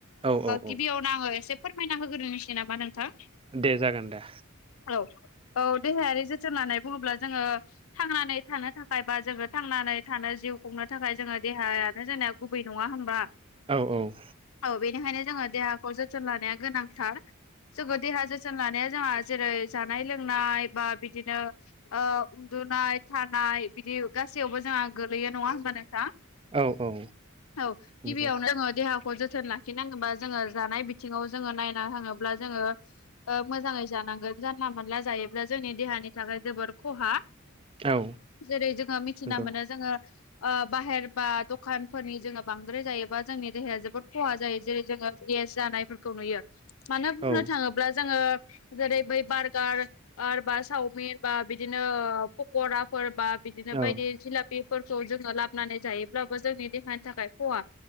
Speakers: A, on the right; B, on the left.
A: औ औ
B: गिबियावनो
A: औ
B: आङो एसे फोरमायना होग्रो मिथियो नामा नोंथां।
A: दे जागोन दे
B: औ औ देहायारि जोथोन लानाय बुङोब्ला जोङो थांनानै थानो थाखाय बा जोङो थांनानै थानो जिउ खुंनो थाखाय जोङो देहायानो जोंनि गुबै नङा होनबा
A: औ औ।
B: औ बेनिखायनो जोङो देहाखौ जोथोन लानाया गोनांथार जोङो देहा जोथ बोसोन लानाया जोंहा जेरै जानाय लोंनाय बा बिदिनो उन्दुनाय थानाय बिदि गासैयावबो जोंहा गोलैयो नङा हबा नोंथाङ
A: औ औ
B: औ
A: नंगौ
B: गिबियावनो जोंङो देहा खौ जोथोन लाखिनांगौबा जोङो जानाय बिथिङाव जोङो नायना होाङोब्ला जोङो मोजाङै जानांगोन जानला मोनानला जायोब्ला जोंनि देहानि नि थाखाय जोबोर खहा
A: औ
B: जेरै जोङो मिथिना
A: नंगौ
B: मोनो जोङो बाहेर बा दखानफोरनि जोंङो बांद्राय जायोबा जोंनि देहाया जोबोद खहा जायो जेरै जोंङो गेस जानायफोरखौ नुयो मानो बुंनो
A: औ
B: थाङोब्ला जोंङो जेरै बै बार्गार बा साव बा बिदिनो पक'राफोर बा बिदिनो
A: औ
B: बायदि बेफोरखौ जोङो लाबोनानै जायोब्लाबो जोंनि देहानि थाखाय खहा